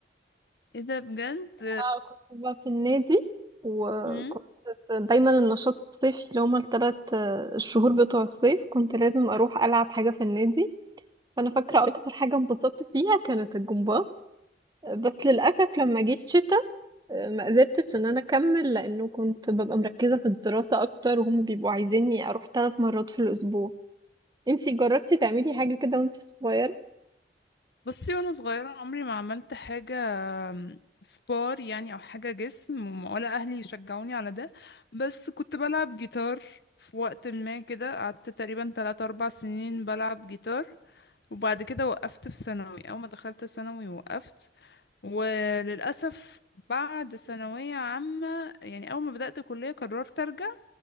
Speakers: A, on the left; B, on the right.
A: ايه ده بجد
B: آه كنت بقى في النادي وكنت
A: مم؟
B: دايما النشاط الصيفي اللي هما التلات آه، الشهور بتوع الصيف كنت لازم أروح ألعب حاجة في النادي فأنا فاكرة أكتر حاجة انبسطت فيها كانت الجمباز بس للأسف لما جه الشتاء آه، ما قدرتش إن أنا أكمل لأنه كنت ببقى مركزة في الدراسة أكتر وهم بيبقوا عايزيني أروح ثلاث مرات في الأسبوع انتي جربتي تعملي حاجة كده وانتي صغيرة
A: بصي وانا صغيرة عمري ما عملت حاجة سبار يعني او حاجه جسم ولا اهلي يشجعوني على ده بس كنت بلعب جيتار في وقت ما كده قعدت تقريبا 3 4 سنين بلعب جيتار وبعد كده وقفت في ثانوي اول ما دخلت ثانوي وقفت وللاسف بعد ثانويه عامه يعني اول ما بدات كليه قررت ارجع